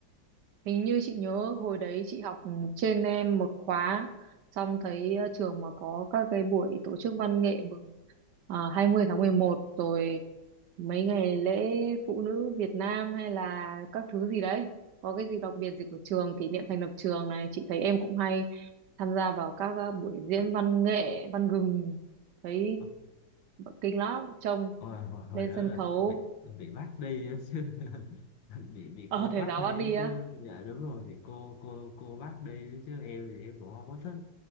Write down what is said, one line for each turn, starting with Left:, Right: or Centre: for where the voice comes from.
Right: Hình như chị nhớ hồi đấy chị học trên em một khóa xong thấy ờ, trường mà có các cái buổi tổ chức văn nghệ mừng ờ, 20 tháng 11 rồi mấy ngày lễ phụ nữ Việt Nam hay là các thứ gì đấy. Có cái gì đặc biệt gì của trường kỷ niệm thành lập trường này chị thấy em cũng hay tham gia vào các ờ, buổi diễn văn nghệ, văn gừng. Thấy
Left: Ờ,
Right: kinh lắm trông
Left: hồi, hồi, hồi
Right: lên
Left: đó
Right: sân
Left: là
Right: khấu
Left: em bị em bị bắt đi á chứ <laughs> bị bị
Right: ở
Left: cô
Right: thầy
Left: bắt
Right: giáo
Left: đi
Right: bắt đi
Left: á
Right: á.
Left: chứ dạ đúng rồi bị cô cô cô bắt đi á chứ em thì em cũng không có thích